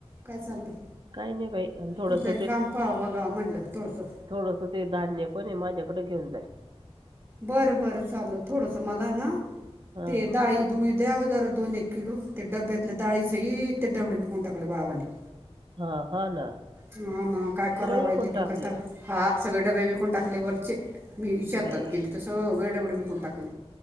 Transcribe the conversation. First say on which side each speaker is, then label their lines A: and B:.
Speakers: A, on the right; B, on the right.
A: काय चाललंय?
B: काही नाही बाई आणि थोडस
A: कुठतरी काम पहावं-बघावं म्हणलं थोडसं.
B: थोडंस ते धान्य पण आहे माझ्याकडे घेऊन जाय.
A: बरं बर चालेल थोडसं मला आहे ना
B: हा
A: ते डाळी. दुळी द्यावं जरा दोन-एक किलो ते डब्यातल्या डाळी सहित ते डबडे विकून टाकले भावाने.
B: हा हा ना
A: हा ना काय करावं
B: सगळं
A: वाहिनी
B: विकून
A: डोक्याला
B: टाकले
A: ताप. हा, सगळे डबे विकून टाकले वरचे मी.
B: बाई
A: हात गेली तर सगळे डबडे विकून टाकले